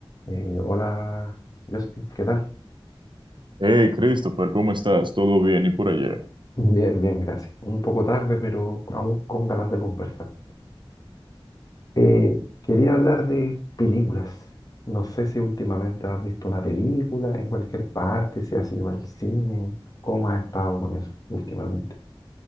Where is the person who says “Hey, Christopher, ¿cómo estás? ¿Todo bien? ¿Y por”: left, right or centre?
Right